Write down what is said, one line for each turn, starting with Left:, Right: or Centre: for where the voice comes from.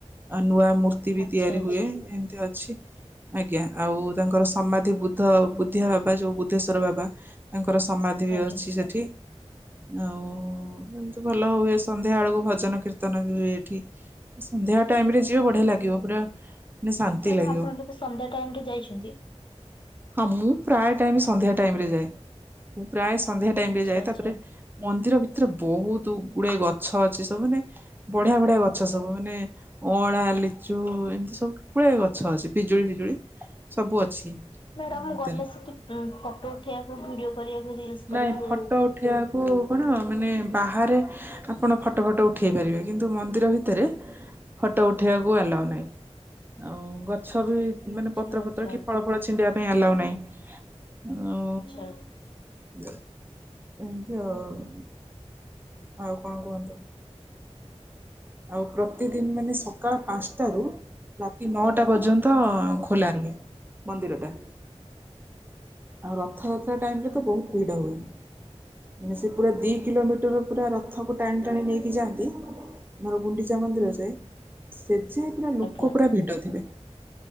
Right: ଆ ନୂଆ ମୂର୍ତ୍ତି
Left: ଆଚ୍ଛା
Right: ବି ତିଆରି
Left: ଆଚ୍ଛା
Right: ହୁଏ ଏମିତି ଅଛି। ଆଜ୍ଞା, ଆଉ ତାଙ୍କର ସମାଧି ବୁଦ୍ଧ ବୁଦ୍ଧିଆ ବାବା ଯୋଉ ବୁଦ୍ଧେଶ୍ଵର ବାବା ତାଙ୍କର ସମାଧି ବି
Left: ଆଜ୍ଞା
Right: ଅଛି ସେଠି। ଆଉ ଏମିତି ସବୁ ଭଲ ହୁଏ ସନ୍ଧ୍ୟା ବେଳକୁ ଭଜନ କୀର୍ତ୍ତନ ବି ହୁଏ ଏଠି। ସନ୍ଧ୍ୟା ଟାଇମରେ ଯିବ ବଢିଆ ଲାଗିବ ପୁରା ମାନେ ଶାନ୍ତି
Left: ମ୍ୟାଡ଼ାମ
Right: ଲାଗିବ
Left: ଆପଣ କେବେ ସନ୍ଧ୍ୟା ଟାଇମରେ ଯାଇଛନ୍ତି।
Right: ହଁ ମୁଁ ପ୍ରାୟ ଟାଇମ ସନ୍ଧ୍ୟା ଟାଇମରେ ଯାଏ, ମୁଁ ପ୍ରାୟ ସନ୍ଧ୍ୟା ଟାଇମ
Left: ଆଚ୍ଛା
Right: ଯାଏ ତ
Left: ଆଚ୍ଛା
Right: ତାପରେ ମନ୍ଦିର ଭିତରେ ବହୁତ ଗୁଡେ ଗଛ ଅଛି ସବୁ ମାନେ ବଢିଆ ବଢିଆ ଗଛ ସବୁ ମାନେ ଅଁଳା ଲିଚୁ ଏମିତି ସବୁ ପୁଲେ ଗଛ ଅଛି ପିଜୁଳି ଫିଜୁଳି ସବୁ ଅଛି।
Left: ମ୍ୟାଡାମ
Right: ଭିତରେ
Left: ଗଲେ ସେଠି ଫଟୋ ଉଠେଇବାକୁ ଭିଡିଓ କରିବାକୁ ରିଲସ କରିବାକୁ
Right: ନାଇଁ ଫଟୋ ଉଠେଇବାକୁ ଆପଣ ମାନେ ବାହାରେ ଆପଣ ଫଟୋ ଫଟୋ ଉଠାଇ ପାରିବେ କିନ୍ତୁ ମନ୍ଦିର ଭିତରେ ଫଟୋ ଉଠେଇବାକୁ ଆଲାଉ
Left: ଆଜ୍ଞା
Right: ନାହିଁ ଆଉ ଗଛ ବି
Left: ଆଚ୍ଛା
Right: ମାନେ ପତ୍ର
Left: ଆଚ୍ଛା
Right: ଫତ୍ର କି ଫଳ ଫଳ ଛି ପିିନ୍ଦୀବା ପାଇଁ ଆଲାଉ ନାହିଁ। ଆଉ
Left: ଆଚ୍ଛା
Right: ଏମିତି ଆଉ, ଆଉ କଣ କୁହନ୍ତୁ। ଆଉ ପ୍ରତିଦିନ ମାନେ ସକାଳ ପାଞ୍ଚଟାରୁ ରାତି ନଅଟା ପର୍ଯ୍ୟନ୍ତ ଖୋଲା ରୁହେ। ମନ୍ଦିର ଟା ଆଉ ରଥଯାତ୍ରା ଟାଇମରେ ତ ବହୁତ ଭିଡ ହୁଏ। ମାନେ ସେ ପୁରା ଦି କିଲୋମିଟର ପୁରା ରଥକୁ ଟାଣି ଟାଣି ନେଇକି ଯାଆନ୍ତି। ମା ଗୁଣ୍ଡିଚା ମନ୍ଦିର ଯାଏ, ସେ ଯେ ପୁରା ଲୋକ
Left: ଆଜ୍ଞା।
Right: ପୁରା ଭିଡ ଥିବେ।